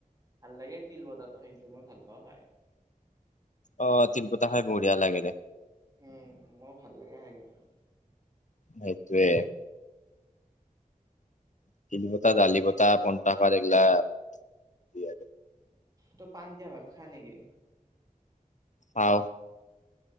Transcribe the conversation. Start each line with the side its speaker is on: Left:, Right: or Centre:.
Right: ভাল লাগে তিল বটাটো সেইটো মই ভাল পাওঁ হয়।
Left: অ তিলবটা খাই বঢ়িয়া লাগে দে।
Right: উম মোৰ ভাল লাগে খাই কিন্তু।
Left: সেইটোৱেই। তিল বটা দালি বটা পন্থা ভাত এইগিলা আৰু
Right: তই পান দিয়া ভাত খাই নেকি?
Left: খাওঁ।